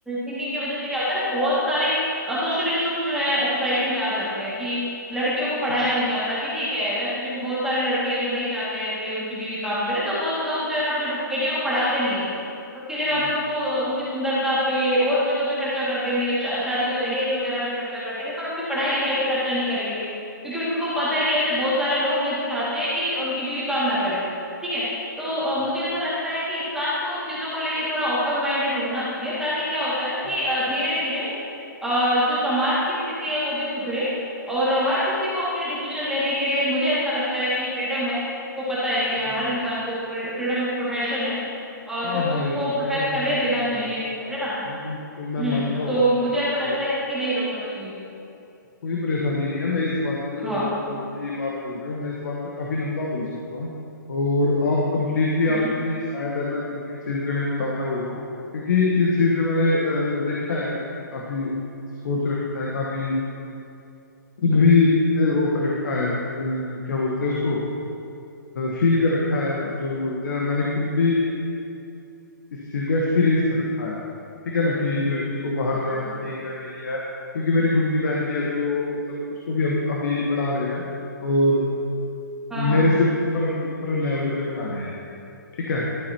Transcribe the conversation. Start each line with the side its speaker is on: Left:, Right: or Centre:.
Centre: थिंकिंग की वजह से क्या होता है ना बहुत सारे सोशल इश्यूज जो है सोसाइटी में आ जाते हैं कि लड़कियों को पढ़ाया
Left: हम्म
Centre: नहीं जाता कि ठीक है वैसे भी बहुत सारे लड़के हैं जो नहीं चाहते हैं भाई उनकी बीवी काम करे तो बहुत लोग जो है ना अपने बट- बेटियों को पढ़ाते नहीं है उसकी जगह
Left: हम्म,
Centre: पे उनको उनकी सुंदरता पे और चीजों पे खर्चा कर देंगे शा, शादी में दहेज वगैरह पे खर्चा कर देंगे पर उनकी पढ़ाई लिखाई पे खर्चा नहीं करेंगे क्योंकि उनको पता है कि ऐसे बहुत सारे लोग हैं जो चाहते हैं कि उनकी बीवी काम ना करे ठीक है तो
Left: अच्छा
Centre: अ, मुझे ऐसा लगता है कि इंसान को इन चीजों को लेके थोड़ा ओपन माइंडेड होना चाहिए ताकि क्या होता है ना
Left: हम्म
Centre: कि धीरे धीरे अ, जो समाज की स्थिति है वो भी सुधरे और हर किसी को अपनी डिसीजन लेने के लिए मुझे ऐसा लगता है कि फ्रीडम है को पता है कि
Left: हम्म हम्म।
Centre: हर इंसान को फ्रीडम ऑफ प्रोफेशन है अ,
Left: हाँ
Centre: जो कि
Left: हाँ
Centre: उसको
Left: यार फ्रीडम
Centre: प्रोफेस करने
Left: है सभी
Centre: देना
Left: को
Centre: चाहिए
Left: है freedom।
Centre: है ना
Left: बिल्कुल बिल्कुल
Centre: हम्म
Left: मैं मानता हूँ
Centre: तो
Left: आपकी
Centre: मुझे
Left: ये बात
Centre: ऐसा
Left: कोई
Centre: लगता है कि नहीं रोकना चाहिए
Left: कोई परेशानी नहीं है मैं इस बात पे जो
Centre: हाँ
Left: आप मतलब अभी ये बात बोल रहे हो मैं इस बात पे काफी लंबा बोल सकता हूँ और आप कंप्लीटली आपकी
Centre: हम्म
Left: भी शायद है, मैं थिंकिंग चेंज करने में कामयाब हो जाऊं क्योंकि इस चीज पे मैंने अ, देखा है काफी सोच रखा है काफी खुद भी ए, वो कर रखा है अ, क्या बोलते हैं उसको फील कर रखा है जो भी बोलते हैं मैंने खुद भी इस चीज को एक्सपीरियंस कर रखा है ठीक है ना कि लड़की को बाहर जाना
Centre: बिल्कुल
Left: ठीक है नहीं है क्योंकि मेरी खुद की बहन भी है जो मतलब उसको भी हम अभी पढ़ा रहे हैं और
Centre: हाँ हाँ
Left: मेरे से ऊपर ऊपर लेवल पे पढ़ा रहे हैं ठीक है